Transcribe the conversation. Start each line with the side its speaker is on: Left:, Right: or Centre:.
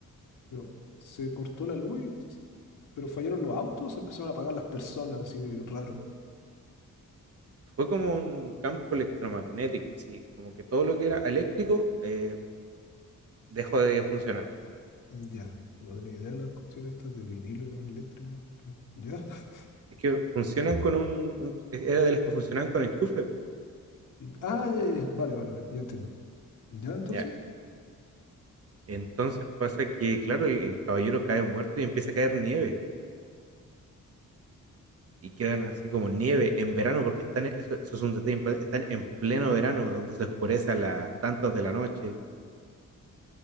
Left: Pero se cortó la luz, y- pero fallaron los autos, se empezaron a apagar las personas, así raro.
Right: Fue como un campo electromagnético, así como que todo lo que era eléctrico eh, dejó de funcionar.
Left: Ya, no tenía idea de las cuestiones estas de vinilo, eran eléctricos. pero- Ya. <laughs>
Right: Es que funcionan con un, un- e-, Era de las que funcionaban con enchufe.
Left: Ah, ya, ya, ya. Vale, vale, vale, ya entiendo. Ya, entonces,
Right: Ya. Entonces pasa que, claro, el, el caballero cae muerto y empieza a caer nieve. Y quedan
Left: oh,
Right: así como nieve en verano, porque están, en- eso, eso es un detalle importante, están en pleno verano, donde se oscurece a las tantas de la noche.